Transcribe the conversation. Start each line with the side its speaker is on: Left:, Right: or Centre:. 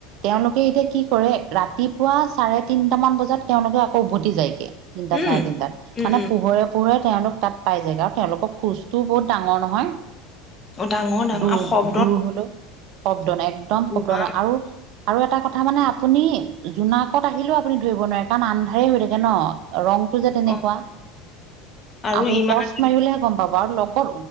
Right: তেওঁলোকে এতিয়া কি কৰে ৰাতিপুৱা চাৰে তিনটামান বজাত তেওঁলোকে আকৌ উভতি যায়গে। তিনটা
Left: উম
Right: চাৰে তিনটাত
Left: উম
Right: মানে
Left: উম
Right: পোহৰে পোহৰে তেওঁলোক তাত পাই যায় আৰু তেওঁলোকক। কোজও বহুত ডাঙৰ নহয়
Left: ডাঙৰ ডাঙৰ
Right: দূৰ
Left: অসম
Right: দূৰ হলেও শব্দ নাই একদম শব্দ
Left: ইমান
Right: নহয় আৰু আৰু এটা কথা মানে আপুনি জোনাকত আহিলেও আপুনি ধৰিব নোৱাৰে কাৰণ আন্ধাৰে হৈ থাকে ন ৰংটো যে তেনেকুৱা
Left: অ আৰু
Right: আপুনি
Left: ইমান
Right: টৰ্চ মাৰিবলৈহে গম পাব আৰু লগত